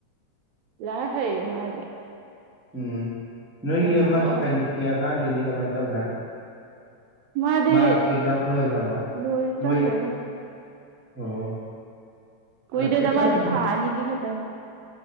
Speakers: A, on the right; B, on the right.
A: ꯂꯥꯏꯔꯤꯛ ꯍꯩꯌꯦ ꯃꯥꯗꯤ
B: ꯎꯝ ꯅꯣꯏꯒꯤ
A: ꯀꯩꯅꯣꯒ
B: ꯑꯃꯥ ꯁꯥꯏꯅꯤꯛꯀꯤ
A: ꯑꯣꯏꯕꯗ
B: ꯑꯉꯥꯡꯗꯨꯗꯤ ꯀꯃꯥꯏꯅ ꯇꯧꯒ꯭ꯔꯦ
A: ꯃꯥꯗꯤ
B: ꯃꯥ ꯑꯦꯛꯖꯥꯝ ꯂꯣꯏꯈ꯭ꯔꯕ
A: ꯂꯣꯏ ꯆꯪꯈ꯭ꯔꯦꯗ
B: ꯃꯣꯏ ꯑꯣ
A: ꯀꯨꯏꯗꯦꯗ
B: ꯑꯣ ꯆ- ꯆꯪꯈ꯭ꯔꯦ
A: ꯃꯥꯗꯤ ꯊꯥ ꯑꯅꯤꯒꯤ ꯈꯛꯇꯅꯤ